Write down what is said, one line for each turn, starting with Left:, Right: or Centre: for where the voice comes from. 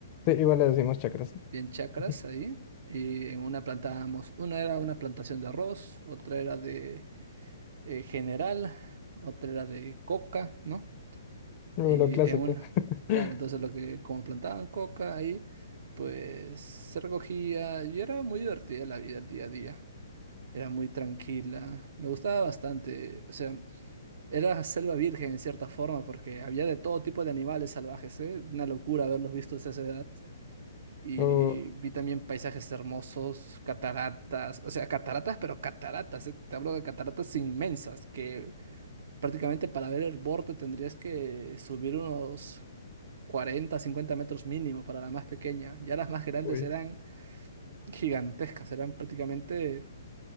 Left: Sí, igual le decimos chakras.
Right: bien chakras
Left: <laughs>
Right: ahí. Y en una plantábamos, una era una plantación de arroz, otra era de eh, general, otra era de coca, ¿no?
Left: Lo,
Right: Y
Left: lo clásico.
Right: en una,
Left: <laughs>
Right: claro, entonces lo que, como plantaban coca ahí, pues se recogía y era muy divertida la vida, el día a día. Era muy tranquila, me gustaba bastante, o sea. Era selva virgen en cierta forma, porque había de todo tipo de animales salvajes, ¿eh? Una locura haberlos visto a esa edad. Y
Left: Oh,
Right: vi también paisajes hermosos, cataratas, o sea, cataratas, pero cataratas, ¿eh? Te hablo de cataratas inmensas, que prácticamente para ver el borde tendrías que subir unos 40 50 metros mínimo para la más pequeña. Ya las más grandes
Left: uy,
Right: eran gigantescas, eran prácticamente